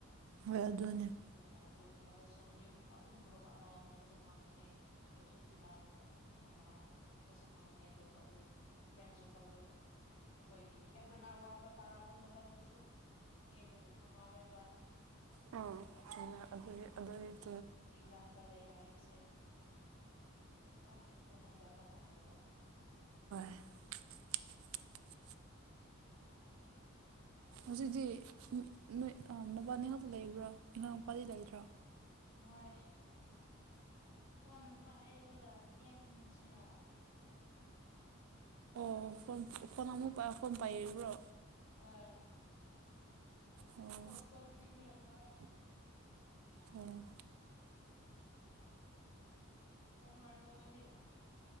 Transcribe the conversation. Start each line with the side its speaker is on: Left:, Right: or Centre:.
Right: ꯍꯣꯏ ꯑꯗꯨꯅꯦ꯫
Left: ꯑꯗꯨꯅ ꯑꯗꯨꯒꯨꯝꯗꯁꯨ ꯅꯌꯨ ꯑꯗꯨꯝ ꯃꯔꯨꯞ ꯑꯅꯧ ꯑꯅꯧꯕꯁꯨ ꯐꯪꯒꯅꯤ ꯃꯤꯁꯨ ꯆꯤꯛꯅ ꯑꯗꯨꯝ ꯈꯪꯅ ꯗꯁꯨ ꯐꯪꯉꯅꯤ ꯑꯗꯨ ꯑꯗꯨ ꯐ꯭ꯔꯦꯟ ꯁꯔꯀꯜꯗꯨ ꯑꯩꯈꯣꯏꯒꯤ ꯑꯩꯈꯣꯏꯅ ꯑꯋꯥꯕ ꯇꯥꯔꯛꯄ ꯃꯇꯝꯗꯁꯨ ꯃꯤ ꯑꯩꯈꯣꯏꯕꯨ ꯈꯪꯅꯔꯣꯏꯕ
Right: ꯎꯝ
Left: ꯑꯗꯨꯅ ꯇꯧꯗ꯭ꯔꯗꯤ
Right: ꯑꯗꯨ ꯎꯝ
Left: ꯃꯤ ꯂꯝꯗ ꯂꯩꯕ ꯍꯥꯏꯕꯁꯦ ꯌꯥꯝ ꯀꯩꯅꯣ ꯗꯔꯀꯥꯔ ꯇꯥꯏꯌꯦꯕ꯫
Right: <unintelligible> ꯍꯧꯖꯤꯛꯇꯤ ꯅ ꯅꯨꯄꯥꯅꯤ ꯉꯥꯛꯇ ꯂꯩꯕ꯭ꯔꯣ ꯏꯉꯥꯡ ꯃꯄꯥꯗꯤ ꯂꯩꯇ꯭ꯔꯣ
Left: ꯍꯣꯏ ꯐꯣꯟ ꯄꯥꯏꯔꯒ ꯦꯦꯝꯁꯤꯅ
Right: ꯑꯣ ꯐꯣꯟ ꯐꯣꯟ ꯑꯃꯨꯛ ꯐꯣꯟ ꯄꯥꯏꯔꯤꯕ꯭ꯔꯣ
Left: ꯑꯣ
Right: ꯑꯣ
Left: ꯍꯁꯄꯅꯦ ꯍꯥ
Right: ꯎꯝ
Left: ꯀꯣꯝ ꯂꯔꯨ ꯅꯣꯏꯗ